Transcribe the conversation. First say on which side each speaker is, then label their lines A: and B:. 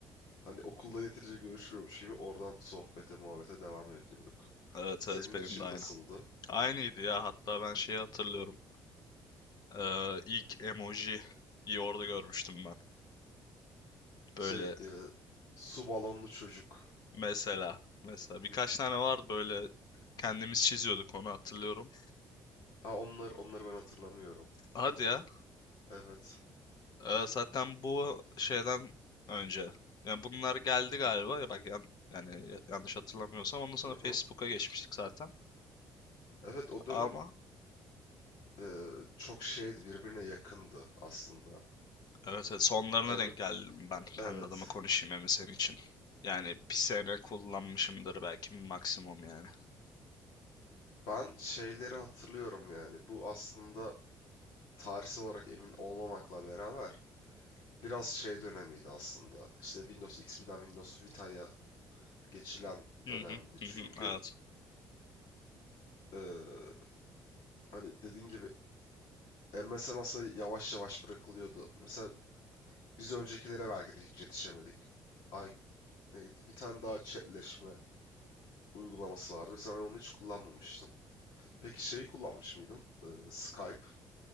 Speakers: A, on the left; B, on the left.
A: hani okulda yeterince görüşmüyormuş gibi oradan sohbete muhabbete devam ediyorduk.
B: evet,
A: Senin
B: evet benim
A: için
B: de aynı.
A: nasıldı?
B: Aynıydı ya hatta ben şeyi hatırlıyorum. Ee, ilk emojiyi orada görmüştüm ben.
A: Şey
B: Böyle
A: e, su balonlu çocuk.
B: mesela, mesela birkaç tane vardı böyle kendimiz çiziyorduk onu hatırlıyorum.
A: Ha onlar onları ben hatırlamıyorum.
B: Hadi ya.
A: Evet.
B: Ee, zaten bu şeyden önce. Yani bunlar geldi galiba. Ya Bak yan- yani yanlış hatırlamıyorsam ondan sonra
A: Aha.
B: Facebook'a geçmiştik zaten.
A: Evet o dönem
B: Ama
A: e, çok şeydi birbirine yakındı aslında.
B: evet, evet sonlarına
A: Evet.
B: denk geldim ben kendi
A: Evet.
B: adıma konuşayım hem de senin için. Yani bir sene kullanmışımdır belki maksimum yani.
A: Ben şeyleri hatırlıyorum yani. Bu aslında tarihsel olarak emin olmamakla beraber biraz şey dönemiydi aslında. İşte Windows XP'den Windows Vita'ya geçilen
B: Hı
A: dönemdi.
B: hı,
A: Çünkü
B: hı hı, evet.
A: eee, hani dediğin gibi MSN aslında yavaş yavaş bırakılıyordu. Mesela biz öncekilere belki de hiç yetişemedik. Ay neydi? Bir tane daha chatleşme uygulaması vardı. Mesela ben onu hiç kullanmamıştım. Peki şeyi kullanmış mıydın? Eee, Skype.